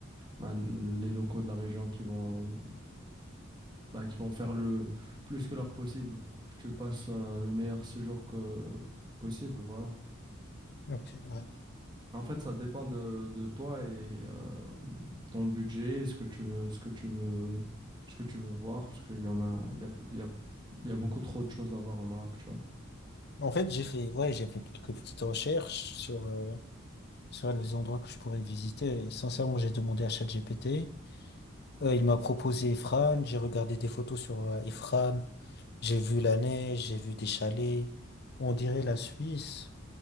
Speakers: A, on the right; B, on the left.
A: ben, les locaux de la région qui vont, ben, qui vont faire le plus que leur possible pour que tu passes euh, le meilleur séjour que possible, voilà.
B: Ok, ouais.
A: En fait, ça dépend de, de toi et euh, ton budget, ce que tu veux, ce que tu veux, ce que tu veux voir, parce qu'il y en a, il y a, il y a, il y a beaucoup trop de choses à voir au Maroc, tu vois.
B: En fait, j'ai fait, ouais, j'ai fait quelques petites recherches sur, euh, sur les endroits que je pourrais visiter. Et sincèrement, j'ai demandé à ChatGPT. Euh, il m'a proposé Efran. J'ai regardé des photos sur euh, Efran. J'ai vu la neige, j'ai vu des chalets, on dirait la Suisse.